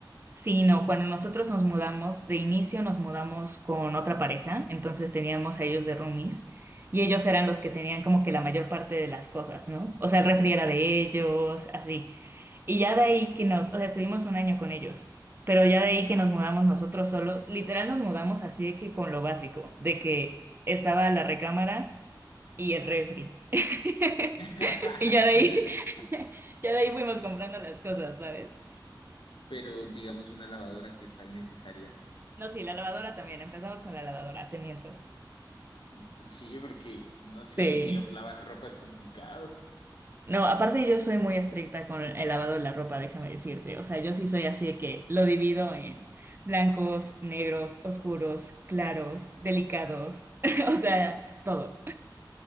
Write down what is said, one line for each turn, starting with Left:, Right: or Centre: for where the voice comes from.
Right: sí, no, cuando nosotros nos mudamos, de inicio nos mudamos con otra pareja, entonces teníamos a ellos de roomies. Y ellos eran los que tenían como que la mayor parte de las cosas, ¿no? O sea, el refri era de ellos, así. Y ya de ahí que nos, o sea, estuvimos un año con ellos, pero ya de ahí que nos mudamos nosotros solos, literal nos mudamos así de que con lo básico, de que estaba la recámara y el refri. <laughs>
Left: <laughs>
Right: Y ya de ahí, <laughs> ya de ahí fuimos comprando las cosas, ¿sabes?
Left: pero digamos una lavadora que es tan necesaria.
Right: No, sí, la lavadora también, empezamos con la lavadora, te miento.
Left: Sí, porque, no sé,
Right: Sí.
Left: digamos, lavar ropa es complicado.
Right: No, aparte yo soy muy estricta con el lavado de la ropa, déjame decirte. O sea, yo sí soy así de que lo divido en blancos, negros, oscuros, claros, delicados, <laughs> o sea, todo.